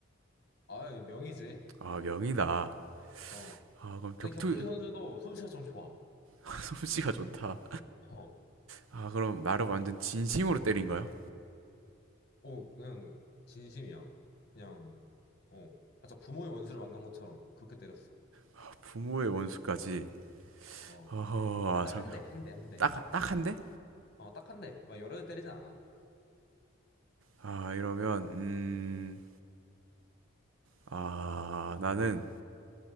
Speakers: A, on the left; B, on the right.
A: 아유, 명이지.
B: 아, 명이다.
A: 어.
B: 아, 그럼 격투,
A: 근데 격투기 선수도 솜씨가 좀 좋아.
B: <laughs> 솜씨가 좋다.
A: 어.
B: 아, 그럼 나를 완전 진심으로 때린 거야?
A: 어, 그냥 진심이야. 그냥 어. 맞아, 부모의 원수를 만난 것처럼 그렇게 때렸어.
B: 아, 부모의 원수까지.
A: 어.
B: 어허,
A: 아, 딱
B: 아, 잠깐,
A: 한 대, 한 대, 한 대.
B: 딱, 딱 한데?
A: 어, 딱 한 대. 막 여러 대 때리진 않아.
B: 아, 이러면, 음, 아, 나는